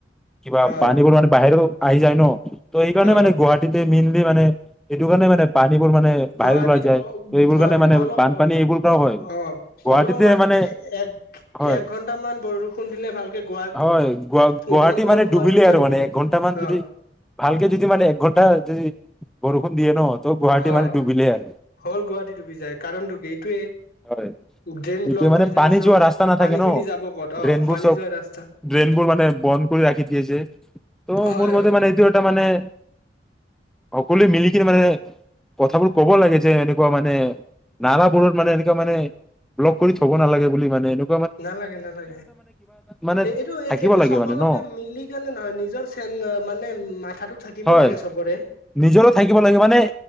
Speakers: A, in the centre; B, on the left.
A: কিবা
B: অ
A: পানীবোৰ মানে বাহিৰত আহি যায় ন। ত এইকাৰণে মানে
B: অ
A: গুৱাহাটীত মেইনলি মানে সেইটো কাৰণে মানে বান পানীবোৰ মানে
B: গুৱাহাটীত
A: বাহিৰ ওলাই যায়
B: অ
A: ত' এইবোৰ
B: গুৱাহাটীত
A: কাৰণে মানে
B: অলপ
A: বানপানী
B: অ
A: এইবোৰ পৰাও হয়।
B: অ
A: গুৱাহাটীতে
B: অলপমান
A: মানে
B: এক
A: হয়।
B: একঘন্টামান বৰষুণ দিলে ভালকে গুৱা
A: হয়। গ -গুৱাহাটী
B: হ'ল হ'ল
A: মানে
B: গুৱাহাটী
A: ডুবিলে
B: কিয়
A: আৰু
B: ডুবি
A: মানে
B: যায়
A: একঘন্টা মান
B: অ
A: যদি ভালকে যদি মানে একঘন্টা যদি বৰষুণ দিয়ে ন, ত গুৱাহাটী
B: অহ।
A: মানে ডুবিলে আৰু
B: হ'উল গুৱাহাটীত ডুবি যায়। কাৰণটো কি এইটোয়ে
A: হয়
B: ড্ৰেইন
A: এইটোৱে
B: ব্লক
A: মানে
B: হৈ যায়
A: পানী
B: চব
A: যোৱা ৰাস্তা নাথাকে
B: পানী খিনি
A: ন,
B: যাব ক'ত অ
A: ড্ৰেইনবোৰ
B: পানী
A: চব,
B: যোৱা ৰাস্তা
A: ড্ৰেইনবোৰ মানে বন্ধ কৰি ৰাখি দিয়ে যে ত'
B: হয়
A: মোৰ মতে
B: হয়
A: মানে,
B: হয়
A: এইটো এটা মানে- সকলোই মিলি কেনে মানে, কথাবোৰ ক'ব লাগে যে কুৱা মানে নালা মোৰ মানে এনে মানে লক কৰি থ'ব নালাগে বুলি মানে এনেকুৱ
B: নালাগে। নালাগে।
A: মানে
B: এই এইটো-
A: থাকিব
B: এইটো
A: লাগে
B: চবলৈকে
A: মানে ন
B: মিলি কেনে নহয়। নিজৰ চে মানে মাথাটো থাকিব
A: হয়
B: লাগে চবৰে।
A: নিজৰো থাকিব লাগে মানে